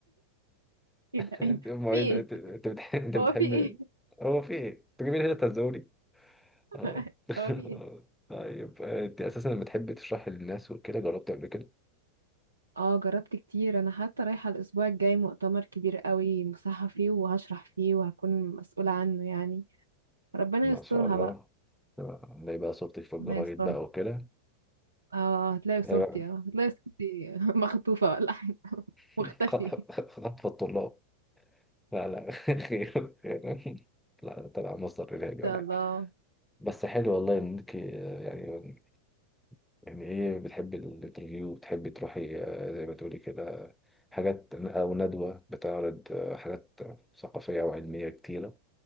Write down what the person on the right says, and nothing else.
ايه ده
ايه ده
في ايه
هو
في ايه
<laughs>
هو في ايه
اه جربت كتير انا حتى رايحه الاسبوع الجاي مؤتمر كبير قوي مصحه فيه وهشرح فيه وهكون مسؤوله عنه يعني ربنا
يسترها
بقى
ربنا يسترها
اه هتلاقي صورتي
اه هتلاقي صورتي <laughs> مخطوفه ولا حاجه
مختفي
ان
شاء
الله